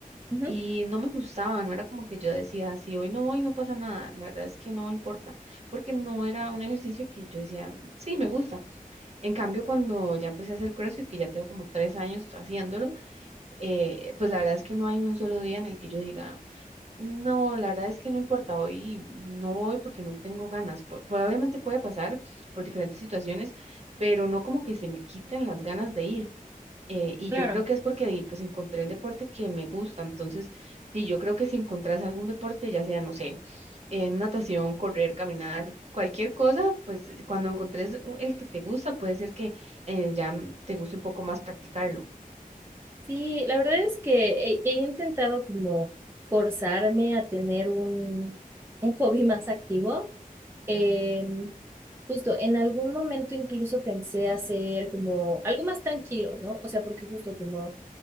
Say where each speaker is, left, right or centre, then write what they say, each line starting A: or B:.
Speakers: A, on the right; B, on the right.
A: ujú,
B: y no me gustaba, no era como que yo decía, si hoy no voy, no pasa nada. La verdad es que no importa, porque no era un ejercicio que yo decía, sí, me gusta. En cambio, cuando ya empecé a hacer CrossFit, que ya tengo como tres años haciéndolo,
A: ujú,
B: eh, pues la verdad es que no hay ni un solo día en el que yo diga, No, la verdad es que no importa, hoy no voy porque no tengo ganas. Po- Probablemente puede pasar por diferentes situaciones, pero no como que se me quiten las ganas de ir. Eh, y
A: Claro.
B: yo creo que es porque di, pues encontré el deporte que me gusta. Entonces, sí, yo creo que si encontrás algún deporte, ya sea, no sé, eh, natación, correr, caminar, cualquier cosa, pues eh, cuando encontres u- el que te gusta, puede ser que eh, ya mm, te guste un poco más practicarlo.
A: Sí, la verdad es que he, he intentado como forzarme a tener un, un hobby <laughs> más activo. Eh, justo en algún momento incluso pensé hacer como algo más tranquilo, ¿no? O sea, porque justo como